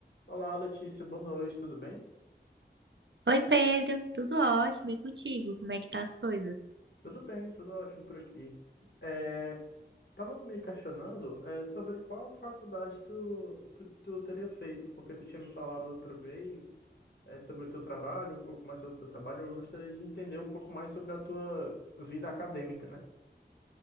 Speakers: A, on the left; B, on the right.
A: Olá, Letícia, boa noite, tudo bem?
B: Oi, Pedro, tudo ótimo e contigo? Como é que tá as coisas?
A: Tudo bem, tudo ótimo por aqui. É, tava me questionando, é, sobre qual faculdade tu, tu, tu teria feito, porque tu tinha me falado outra vez, é, sobre o teu trabalho, um pouco mais sobre o teu trabalho. Eu gostaria de entender um pouco mais sobre a tua vida acadêmica, né?